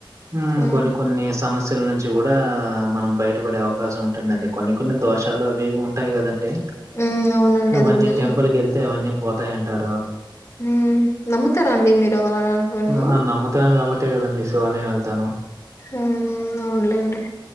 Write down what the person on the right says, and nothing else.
ఊ
కొన్ని కొన్ని సమస్ సెల్ నుంచి కూడా మనం బయటపడే అవకాశం ఉంటుందండి కొన్ని కొన్ని దోష లు అవి ఇవి ఉంటాయి కదండి
అవన్నీ
టెంపుల్ కెళ్ అన్నీ పోతాయంటారు
ఉ ఆ నమ్మతాను కాబట్టే కదండి శివాలయం వెళ్తాను